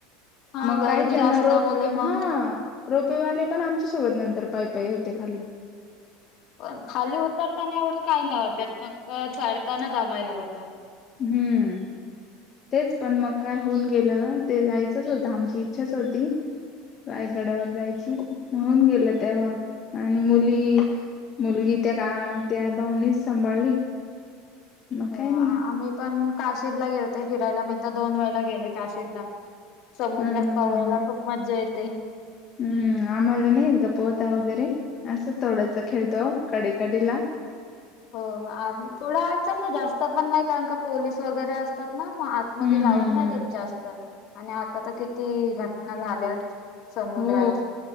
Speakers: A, on the left; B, on the left.
A: हा
B: मग
A: गर्दी
B: काही जण
A: असल्यामुळे
B: रोपवे
A: मग
B: हा. रोपवेवाले पण आमच्या सोबत नंतर पाय, पाय होते खाली.
A: पण खाली उतरताना एवढं काय नाही वाटतात मग चढताना दमायला होतं.
B: हम्म, तेच पण मग काय होऊन गेलं ते जायचंच होतं आमची इच्छाच होती. रायगड्यावर जायची म्हणून गेलं तेव्हा. आणि मुली मुलगी त्या का त्या भाऊनेच सांभाळली. मग
A: हो
B: काय नाही
A: आमी पण काशीद ला गेलते फिरायला मी तर दोन वेळेला गेले काशीदला. समुद्रात
B: हा हा
A: पाहायला
B: हा हा
A: खूप मजा येते.
B: हम्म आम्हाला नाहीगं पोहता वगैरे असं थोडंच खेळतो कडे कडेकडे ला.
A: हो थोडं आत जात जास्त पण नाही कारण का पोलीस वगैरे असतात. ना मग आतमध्ये
B: हम्म
A: जाऊन
B: हम्म
A: ना
B: हम्म
A: देत जास्त आणि आता तर किती घटना झाल्यात. समुद्रात
B: हो